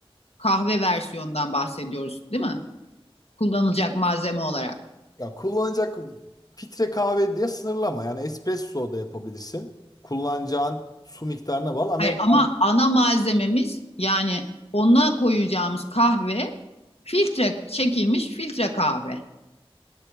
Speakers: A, on the left (about 85°); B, on the left (about 40°).
A: kahve versiyonundan bahsediyoruz, değil mi? Kullanılacak malzeme olarak.
B: Ya kullanacak filtre kahve diye sınırlama. Yani espresso da yapabilirsin. Kullanacağın su miktarına bağlı. Amerikan
A: Hayır ama ana malzememiz yani ona koyacağımız kahve filtre çekilmiş filtre kahve.